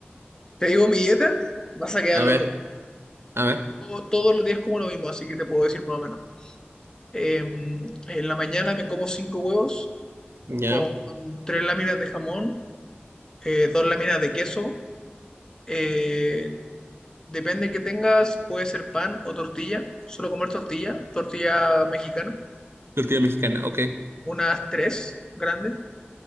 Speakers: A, on the left; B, on the right.
A: te digo mi dieta, vas a quedar
B: A
A: loco.
B: ver, a ver.
A: Yo todos los días como lo mismo, así que te puedo decir más o menos. Eh, en la mañana me como cinco huevos
B: ¿Ya?
A: con tres láminas de jamón, eh, dos láminas de queso. eh, depende que tengas, puede ser pan o tortilla. Solo comer tortilla, tortilla mexicana,
B: Tortilla mexicana, ok.
A: unas tres grandes.